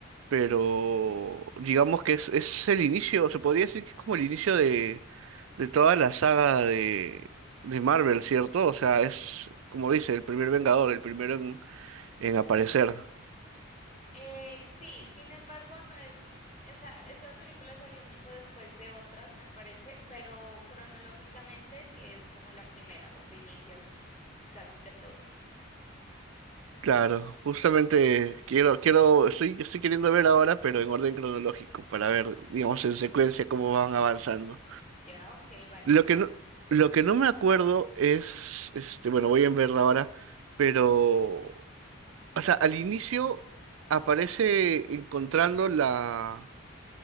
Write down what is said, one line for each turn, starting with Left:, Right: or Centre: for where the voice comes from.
Right: pero digamos que es, es el inicio, se podría decir que es como el inicio de, de toda la saga de, de Marvel, ¿cierto? O sea, es, como dice, el primer Vengador, el primero en, en aparecer.
Left: Eh, sí, sin embargo, no es, o sea, esa película salió mucho después de otras, me parece, pero cronológicamente sí es como la primera, donde inicia casi que todo.
Right: Claro, justamente quiero, quiero, estoy, estoy queriendo ver ahora, pero en orden cronológico, para ver, digamos, en secuencia cómo van avanzando.
Left: Ya, ok, vale.
Right: Lo que no, lo que no me acuerdo es, este, bueno, voy a verla ahora, pero, o sea, al inicio aparece encontrando la,